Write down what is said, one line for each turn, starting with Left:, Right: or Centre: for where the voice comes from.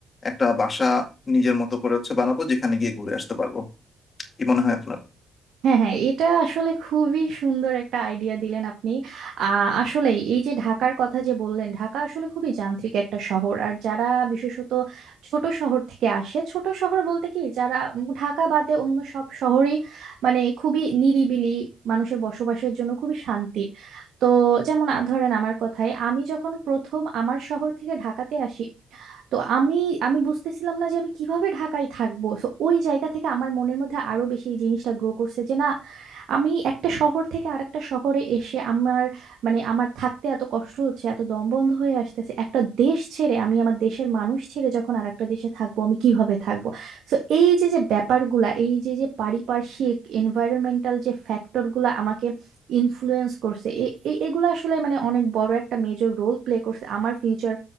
Left: একটা বাসা নিজের মতো করে হচ্ছে বানাবো যেখানে গিয়ে ঘুরে আসতে পারবো কি মনে হয় আপনার
Right: হ্যাঁ হ্যাঁ এটা আসলে খুবই সুন্দর একটা আইডিয়া দিলেন আপনি আহ আসলে এই যে ঢাকার কথা যে বললেন ঢাকা আসলে খুবই যান্ত্রিক একটা শহর আর যারা বিশেষত ছোট শহর থেকে আসে ছোট শহর বলতে কি যারা উম ঢাকা বাদে অন্য সব শহরই মানে খুবই নিরিবিলি মানুষের বসবাসের জন্য খুবই শান্তির তো যেমন আ- ধরেন আমার কথায় আমি যখন প্রথম আমার শহর থেকে ঢাকাতে আসি তো আমি আমি বুঝতেছিলাম না যে আমি কিভাবে ঢাকায় থাকবো সো ওই জায়গা থেকে আমার মনের মধ্যে আরো বেশি এই জিনিসটা গ্রো করছে যে না আমি একটা শহর থেকে আরেকটা শহরে এসে আমার মানে আমার থাকতে এত কষ্ট হচ্ছে এত দম বন্ধ হয়ে আসতেছে একটা দেশ ছেড়ে আমি আমার দেশের মানুষ ছেড়ে যখন আরেকটা দেশে থাকবো আমি কিভাবে থাকবো সো এই যে যে ব্যাপারগুলা এই যে যে পারিপার্শ্বিক এনভায়রনমেন্টাল যে ফ্যাক্টরগুলা আমাকে ইনফ্লুয়েন্স করছে এ- এ- এগুলো আসলে মানে অনেক বড় একটা মেজর রোল প্লে করছে আমার ফিউচার